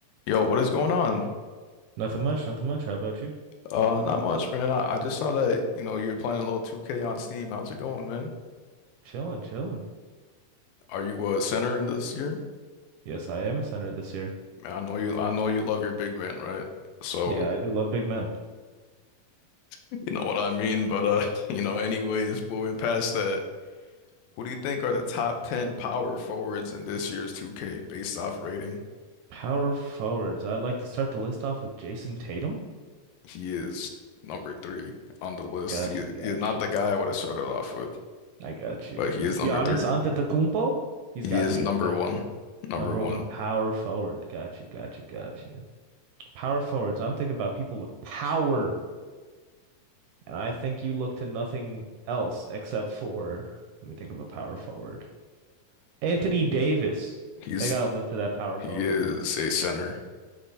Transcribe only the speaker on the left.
Yo, what is going on?
Uh, not much, man. I, I just saw that, you know, you're playing a little 2K on Steam. How's it going, man?
Are you a center in this year?
Man, I know you I know you love your big man, right? So,
you know what I mean, but uh, <laughs> you know, anyways, moving past that, who do you think are the top 10 power forwards in this year's 2K based off rating?
He is number three on the list.
He,
he is not
the guy I would have started off with,
but he is number
three.
He
is
number
one. Number
one.
He's
He
is a center.